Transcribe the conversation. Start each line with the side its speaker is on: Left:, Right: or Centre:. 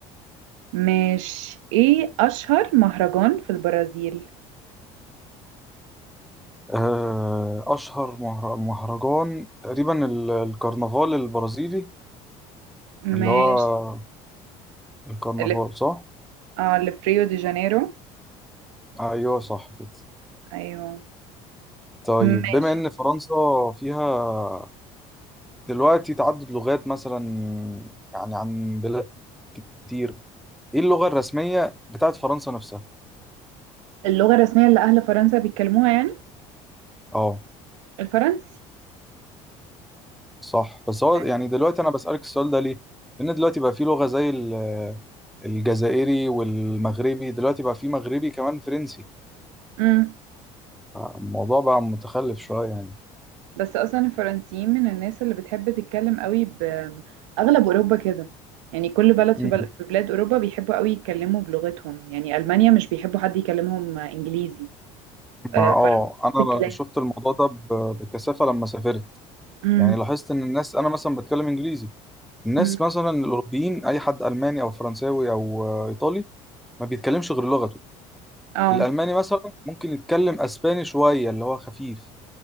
Right: مش ايه اشهر مهرجان في البرازيل
Centre: آه، اشهر مهر- مهرجان تقريبا ال- الكرنفال البرازيلي
Right: مش
Centre: اللي هو الكرنفال
Right: اللي في
Centre: صح
Right: اه اللي في ريو دي جانيرو
Centre: ايوه صح كده
Right: ايوه
Centre: طيب
Right: ماشي
Centre: بما ان فرنسا فيها دلوقتي تعدد لغات مثلا يعني عن بلاد كتير ايه اللغة الرسمية بتاعت فرنسا نفسها
Right: اللغة الرسمية اللي اهل فرنسا بيتكلموها يعني
Centre: اه
Right: الفرنسي
Centre: صح بس
Right: يعني
Centre: هو يعني دلوقتي انا بسألك السؤال ده ليه؟ لان دلوقتي بقى في لغة زي ال- الجزائري والمغربي دلوقتي بقى في مغربي كمان فرنسي
Right: امم
Centre: الموضوع بقى متخلف شوية يعني
Right: بس اصلا الفرنسيين من الناس اللي بتحب تتكلم قوي باغلب اوروبا كده يعني كل بلد
Centre: مم.
Right: في, بل... في بلاد اوروبا بيحبوا قوي يتكلموا بلغتهم يعني المانيا مش بيحبوا حد يكلمهم انجليزي
Centre: مع
Right: آه
Centre: اه
Right: فرنسا نفس
Centre: انا
Right: الكلام
Centre: شفت الموضوع ده ب- بكثافة لما سافرت
Right: امم
Centre: يعني لاحظت ان الناس انا مثلا بتكلم انجليزي الناس
Right: امم
Centre: مثلا الاوروبيين اي حد الماني او فرنساوي او آه، ايطالي ما بيتكلمش غير لغته
Right: اه
Centre: الالماني مثلا ممكن يتكلم اسباني شوية اللي هو خفيف